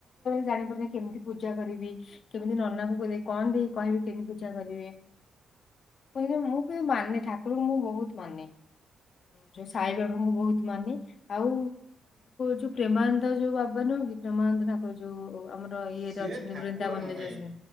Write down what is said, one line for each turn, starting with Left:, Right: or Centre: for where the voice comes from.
Left: ଜାଣିପାରୁନାି କେମିତି ପୂଜା କରିବି, କେମିତି ନନା କି କଣ ଦେଇ କହିବି କେମିତି ପୂଜା କରିବେ ପହିଲ ମୁଁ ବି ମାନେ ଠାକୁର ମୁଁ ବାହୁ ତ, ମାନେ ଯୋଉ ସ ବାବ ବହୁତ ମାନେ, ଆଉ ଯଉ ପ୍ରେ ମହାନ୍ତ ଯୋଉ ବାବା ନ କି ମହାନ୍ତ ଠାକୁର ଯୋଉ ଆମର ଇଏରେ
Right: ସିଏ
Left: ଅଛନ୍ତି
Right: ଠାକୁର
Left: ବୃନ୍ଦା ମଲ୍ଲ
Right: ନୁହେଁ।
Left: ଅ